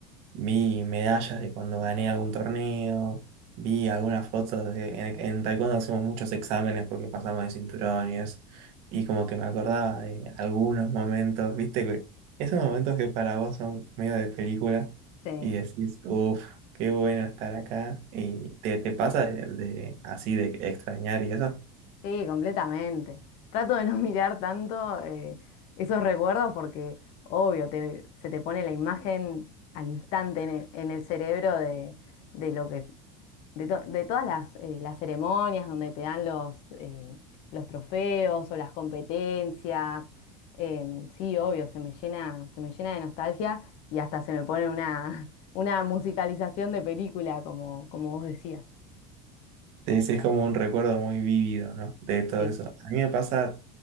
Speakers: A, on the right (about 50°); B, on the left (about 50°).
A: vi medallas de cuando gané algún torneo, vi algunas fotos de... En, en taekwondo hacemos muchos exámenes porque pasamos de cinturones y como que me acordaba de algunos momentos, viste, que esos momentos que para vos son medio de película
B: Sí.
A: y decís, uff, qué bueno estar acá y te, te pasa de, de así de extrañar y eso.
B: Sí, completamente. Trato de no <laughs> mirar tanto eh, esos recuerdos porque, obvio, te- se te pone la imagen al instante en e- en el, cerebro de, de lo que, de, to- de todas las, eh, las ceremonias donde te dan los, eh, los trofeos o las competencias. Em, sí, obvio, se me llena, se me llena de nostalgia y hasta se me pone una, <laughs> una musicalización de película, como, como vos decías.
A: Sí, sí, es como un recuerdo muy vívido, ¿no? De todo
B: Sí,
A: eso. A mí me pasa,